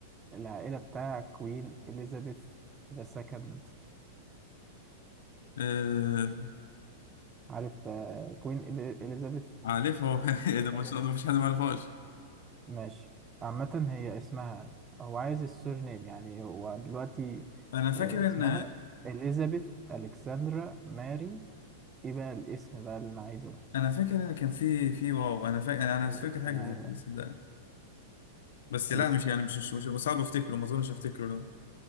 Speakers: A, on the right; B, on the left.
A: العائله بتاع كوين اليزابيث ذا سكند
B: آه...
A: عارف آه، كوين إلي- اليزابيث
B: عارفه <laughs> ايه
A: ذا سكند
B: ده ما شاء الله مفيش حد ما يعرفهاش
A: ماشي عامه هي اسمها هو عايز السورنيم يعني هو دلوقتي
B: انا فاكر
A: آه، اسمها
B: ان
A: اليزابيث الكسندرا ماري ايه بقى الاسم بقى اللي انا عايزه
B: انا فاكر ان كان في في واو انا فاكر انا أنا
A: ده
B: فاكر
A: اسم
B: حاجه
A: العائله
B: زي كده صدقني بس
A: اسم
B: لا مش يعني مش مش, مش صعب افتكره ما اظنش افتكره لا